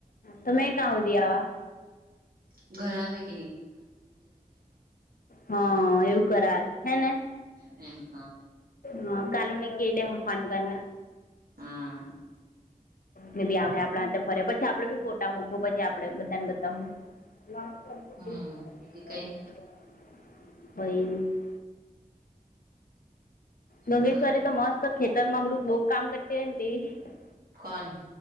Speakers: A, on the left (about 70°); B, on the right (about 80°).
A: તમેં કા ઉ દવા.
B: બરાબર.
A: હા, એવું કરાય હે ને.
B: એમ.
A: હા, કાલુને કેડે હ ફન કર.
B: હા.
A: ને બી આવે, આપણા ફરે પછી આપડે બી ફોટા મૂકવા, પછી આપડે બધાને બતાવવું. <unintelligible>
B: હમ બીજું કઈ
A: ગંગેશ્વરી
B: હા
A: તો મસ્ત ખેતર માં બુંક બહુક કામ કરતી હોય ત
B: કોન?